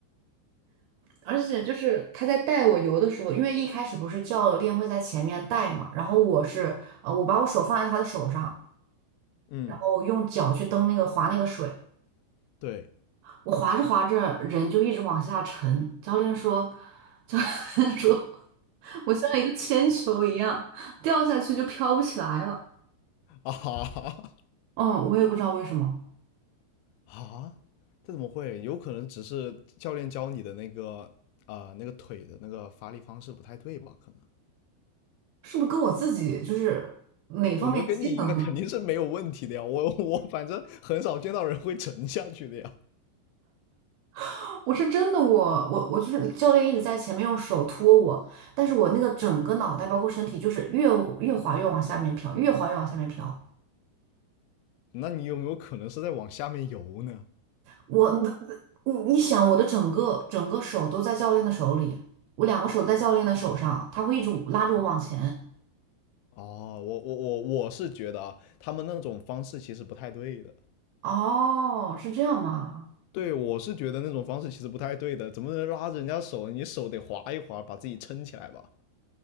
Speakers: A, on the right (about 80°); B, on the left (about 85°).
A: 而且就是他在带我游的时候，因为一开始不是教练会在前面带嘛，然后我是呃我把我手放在他的手上，
B: 嗯，
A: 然后用脚去蹬那个划那个水，
B: 对
A: 我滑着滑着人就一直往下沉，教练说，<laughs> 教练说，我像一个铅球一样掉下去就飘不起来了。
B: <laughs> 啊
A: 嗯，我也不知道为什么，
B: 啊，这怎么会？有可能只是教练教你的那个啊、呃那个腿的那个发力方式不太对吧？可能
A: 是不是跟我自己就是哪方面机能？
B: 我觉得跟你应该肯定是没有问题的呀，我我反正很少见到人会沉下去的呀。
A: <laughs> 我是真的我，我我就是教练一直在前面用手托我，但是我那个整个脑袋包括身体就是越越滑越往下面飘，越滑越往下面飘，
B: 那你有没有可能是在往下面游呢？
A: 我，你你想，我的整个整个手都在教练的手里，我两个手在教练的手上，他会一直拉着我往前。
B: 哦，我我我我是觉得啊，他们那种方式其实不太对的。
A: 哦，是这样吗？
B: 对，我是觉得那种方式其实不太对的，怎么能拉着人家手？你手得划一划，把自己撑起来吧。